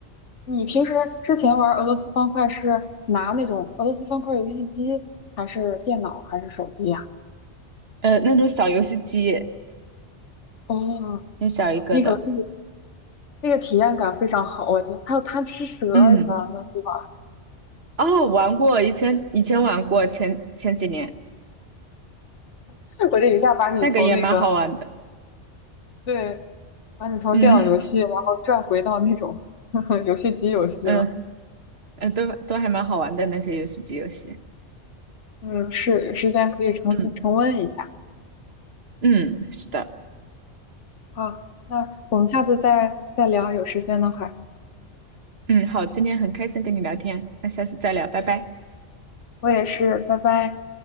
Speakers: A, on the left; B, on the right.
A: 你平时之前玩俄罗斯方块是拿那种俄罗斯方块游戏机，还是电脑，还是手机呀？
B: 呃，那种小游戏机，
A: 哦，
B: 很小一个的。
A: 那个那个那个体验感非常好，我觉得还有贪吃蛇一般的，
B: 嗯，
A: 对吧？
B: 哦，玩过，以前以前玩过，前前几年
A: <laughs> 我这一下把你从那个，
B: 那个也蛮好玩的。
A: 对，把你从电脑游戏，
B: 嗯。
A: 然后拽回到那种 <laughs> 游戏机游戏了。
B: 嗯，嗯，都都还蛮好玩的那些游戏机游戏。
A: 嗯，是，有时间可以重新重温一下。
B: 嗯嗯，是的，
A: 好，那我们下次再再聊，有时间的话，
B: 嗯，好，今天很开心跟你聊天，那下次再聊，拜拜。
A: 我也是，拜拜。